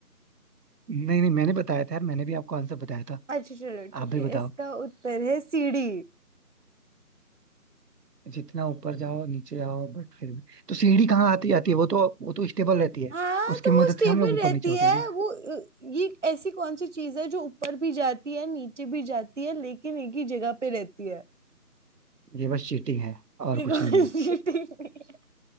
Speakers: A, on the right; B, on the right.
A: नहीं नहीं मैंने बताया था यार मैंने भी आपको आंसर बताया था
B: अच्छा चलो ठीक
A: आप भी
B: है
A: बताओ
B: इसका उत्तर है सीढ़ी
A: जितना ऊपर जाओ नीचे आओ बट फिर भी तो सीढ़ी कहाँ आती आती है वो तो वो तो स्टेबल रहती है
B: हाँ
A: उसकी
B: तो
A: मदद
B: वो स्टेबल
A: से हम लोग ऊपर
B: रहती
A: नीचे होते
B: है
A: हैं ना
B: वो अ, ये ऐसी कौन सी चीज है जो ऊपर भी जाती है नीचे भी जाती है लेकिन एक ही जगह पे रहती है
A: ये बस चीटिंग है और
B: ये कोई
A: कुछ नहीं है
B: चीटिंग नहीं